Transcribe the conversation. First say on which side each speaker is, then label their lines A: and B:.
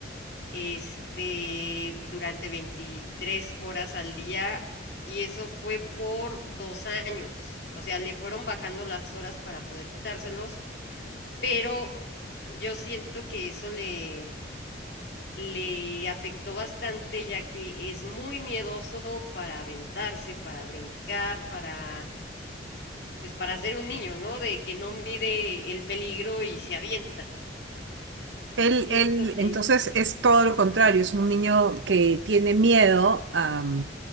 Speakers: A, on the left (about 60°); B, on the right (about 80°).
A: este, durante 23 horas al día y eso fue por dos años. O sea, le fueron bajando las horas para poder quitárselos pero yo siento que eso le, le afectó bastante, ya que es muy miedoso para aventarse, para brincar, para, pues para ser un niño, ¿no? De que no mide el peligro y se avienta.
B: Él,
A: Siento
B: él,
A: que
B: entonces es todo lo contrario, es un niño que tiene miedo a,